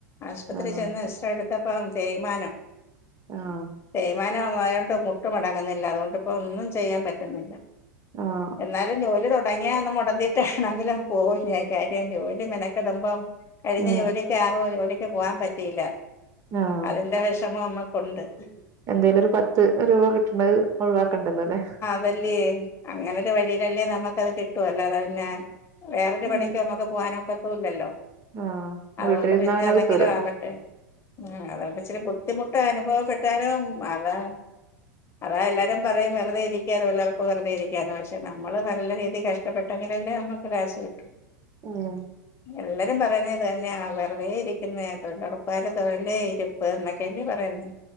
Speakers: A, on the left; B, on the right.
A: ആശുപത്രി
B: ആഹ്
A: ചെന്ന് എക്സ്റെടു ത്തപ്പം തേയ്മാനം
B: ആഹ്
A: തേയ്മാനം ആയോണ്ട് മു ട്ട് മടങ്ങ്ന്നില്ല അതുകൊണ്ട്പ്പോ ഒന്നും ചെയ്യാൻ പറ്റുന്നില്ല
B: ആഹ്
A: എന്നാലും ജോലി തൊ ടങ്ങിയാ ഒന്ന് മൊടന്തീട്ട് ആണെങ്കിലും പോവും ഞാൻ കാര്യം ജോലി മെനക്കെടുമ്പം കഴിഞ്ഞ
B: ഉം
A: ജോലി ക്ക്യവാറും ജോ ജോലിക്ക് പോവാൻ പറ്റിയില്ല
B: ആഹ്
A: അതിന്റെ വെഷമം അമ്മക്കുണ്ട് ഉം
B: എന്തേലൊരു പത്ത് രൂപ കിട്ടണത് ഒഴിവാക്കണ്ടല്ലോല്ലേ
A: പ്പല്ല്യേ അങ്ങനൊരു വഴിയിലല്ലേ നമ്മക്കത് കിട്ടൂ അല്ലാതെ പിന്നെ വേറൊരു
B: ഉം
A: പണിക്ക് നമ്മക്ക് പോവാനൊക്കത്തു ഇല്ലല്ലോ
B: ആഹ്
A: അതോണ്ട്
B: വീട്ടിലിരുന്നാ
A: പിന്നെ അതെങ്കിലും
B: കിട്ടൂലല്ലോ
A: ആവട്ടെ ഉം അതുകൊണ്ട് ഇച്ചിരി ബുദ്ധിമുട്ട് അനുഭവപ്പെട്ടാലും അതാ അതാ എല്ലാരും പറയും വെറുതെ ഇരി ക്ക്യാനുള്ളവർക്ക് വെറുതെ ഇരിക്ക്യാന്ന് പക്ഷേ നമ്മള് നല്ല രീതി കഷ്ടപ്പെട്ടെങ്കിലല്ലേ നമ്മക്ക് ക്യാഷ് കിട്ടൂ
B: ഉം
A: എല്ലെരും പറയുന്നേ ഇതന്നെയാ വെറുതെ ഇരിക്കിന്നെ തൊഴിലുറ പ്പാര് തൊഴിലേ ഇരിപ്പ് എന്നൊക്കെല്ലേ പറയുന്നേ